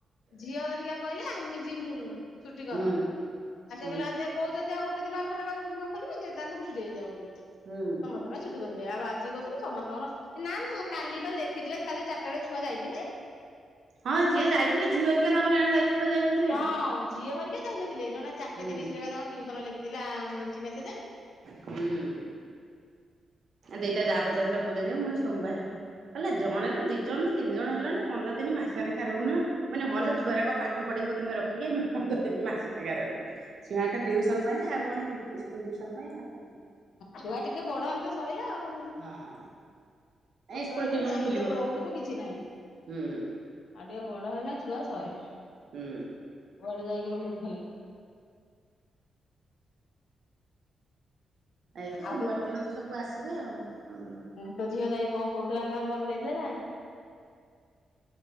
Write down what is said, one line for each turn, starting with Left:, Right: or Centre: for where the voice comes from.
Left: ଝିଅ ହେରିକା କହିଲେ ଆମେ ଯିମୁ। ଛୁଟି
Right: ହୁଁ
Left: କର। ଆରେ ସେ
Right: ହୁଁ।
Left: କହିଲା ଆରେ ଦେ କହୁଛନ୍ତି ଆଉ ଗୋଟେ ଦିନ ଖୋଲିବି, ଦେ ତାହେଲେ ଛୁଟି ହେଉଯାଉ ଗୋଟେ।
Right: ହୁଁ
Left: ସମସ୍ତେ ପାଇଁ ଛୁଟି କରିଦେଲେ ଆଉ ଆଜି କହୁଥିଲୁ ସମସ୍ତଙ୍କର ଏ ନା ନା କାଲି ବା ଲେଖିଥିଲେ କାଲି ଚାରଟା ବେଳେ ଛୁଆ ଯାଇଥିଲେ।
Right: ହଁ ଯିଏ
Left: ମେସେଜ
Right: ଯାଇଥିବେ ଝିଅ ହରିକା ତାଙ୍କର ଏଣେ ଯାଇଥିବେ ବୋଲି ଯାଇନଥିବେ।
Left: ହଁ ଝିଅ ହେରିକା ଯାଇନଥିଲେ ଜଣେ ଚାରିଟା
Right: ହୁଁ
Left: ତିରିଶ ରେ ବା ତାଙ୍କ ଟିଉସନ ଲେଖିଥିଲେ ଆ ମୁଁ ବା ଦେଖିଛି ମେଶେଜ୍ଜ ରେ।
Right: ହୁଁ, ଦିଟା ଯାହା ପଚାରଥିଲା କୋଉଦିନ ଯିବା ମୁଇ ସୋମବାରେ, କହିଲା ଜଣେ ରୁ ଦି ଜଣ ରୁ ତିନି ଜଣ ହେଲଣି। ପନ୍ଦର ଦିନ ମାସ ନେଖା ରହୁନ, ମାନେ
Left: ହୁଁ
Right: ହଲ ଛୁଆ ଯାଙ୍କ ପା ପାଠ ପଢେଇବ ତୁମେ ରଖିକି ଆମେ ପନ୍ଦର ଦିନ ମାସେ ନେଖା ରହିବୁ। ଛୁଆଙ୍କ ଟିଉସନ ପାଇଁ ଆଉ କଣ କି ଇସ୍କୁଲ ଟ୍ୟୁସନ ପାଇଁ ଆଉ କଣ।
Left: ଛୁଆ ଟିକେ ବଡ ହନ୍ତା ସଇଲା ଆଉ।
Right: ହଁ
Left: ଛୋଟ
Right: ଏଇ ସ୍କୁଲ
Left: ହେଇଥିବେ
Right: ଟିଉସନ
Left: ଯାଇକି
Right: ଖୋଲିବ।
Left: ସେତଳୁ ରହୁଥିବୁ କିଛି ନାହିଁ। ଆଉ
Right: ହୁଁ
Left: ଟିକେ ବଡ ହେଲା ଛୁଆ ସଇଲା,
Right: ହୁଁ
Left: କୁଆଡେ ଯାଇକି ରହିବୁ ଖାଲି।
Right: ଏଇତ ସୋମବାର
Left: ଆଉ ତୋ
Right: ଦିନ ତ ସବୁ ଆସିବେ ଆଉ, କାମଦାମ
Left: ତ ଝିଅ ଯାଇ କଣ କହୁଥିଲା ନା ଘକୁ ଯାଇଥିଲା ଯା